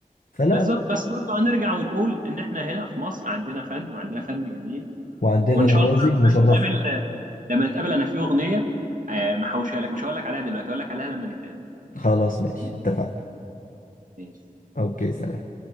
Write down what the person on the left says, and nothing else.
فلا
لا
وعندنا
نماذج
مشرفة
خلاص ماشي
اتفقنا
اوكي
سلام